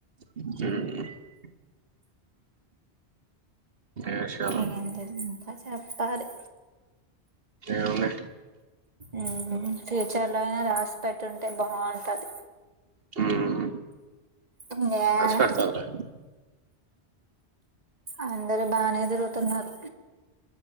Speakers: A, on the right; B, on the right.
A: హుహ్ ఏషాల
B: ఏందిది ఇంకా చెప్పాలి.
A: ఎవలే
B: ఉహు్ ఫ్యూచర్ లో అయినా రాసి పెట్టుంటే బావుటది.
A: హుహ్
B: ఇంగేడా
A: పెడతారులే
B: అందరు బానే దురుగుతున్నారు.